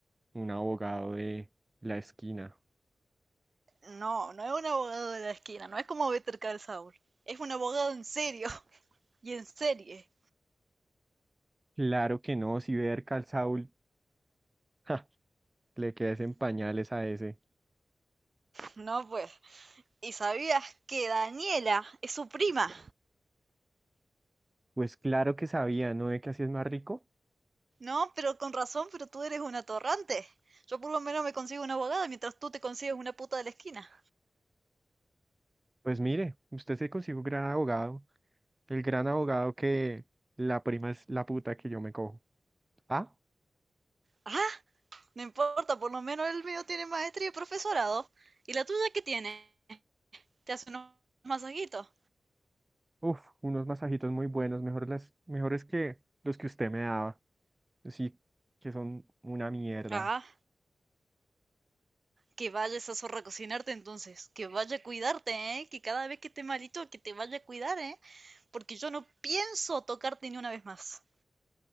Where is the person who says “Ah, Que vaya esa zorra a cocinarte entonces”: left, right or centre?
Right